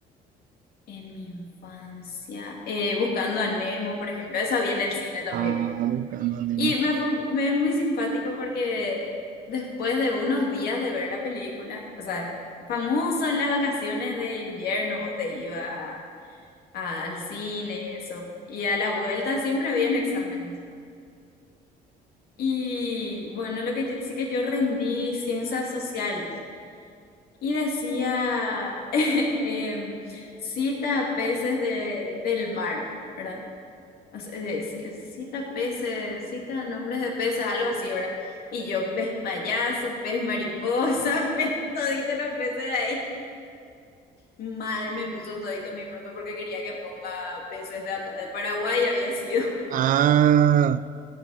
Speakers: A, on the left; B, on the right.
A: En mi infancia, eh, buscando a Nemo, por ejemplo, esa vi en el cine también.
B: Ah, buscando a Nemo
A: Y
B: está
A: me
B: bueno.
A: fue, me es muy simpático porque después de unos días de ver la película, o sea, famoso en las vacaciones de invierno, vos te ibas a- a- al cine y eso. Y a la vuelta siempre habían exámenes. Y bueno, lo que yo, sí que yo rendí ciencias sociales y decía <laughs> em, cita peces de, del mar, ¿verdad? O sea, eh, c- eh, cita peces, cita nombres de peces, algo así, ¿verdad? Y yo, pez payaso, pez mariposa, <laughs> pez todito los peces de ahí. Mal me puso todito mi profe porque quería que ponga peces de acá de Paraguay, había sido.
B: Ah,